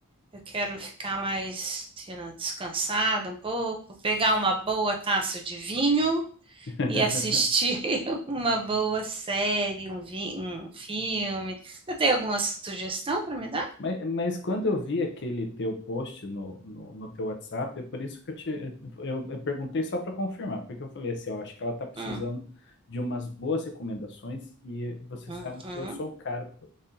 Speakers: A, on the right; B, on the left.
A: Eu quero ficar mais, you know, descansada um pouco, pegar uma boa taça de vinho
B: <laughs>
A: e assistir <laughs> uma boa série, um, vi- um filme. Você tem alguma sugestão para me dar?
B: Mas, mas quando eu vi aquele teu post no, no, no teu WhatsApp, é por isso que eu te eu, eu perguntei só para confirmar, porque eu falei assim, ó, acho que ela tá precisando
A: Hum,
B: de umas boas recomendações e você
A: uhum.
B: sabe que eu sou o cara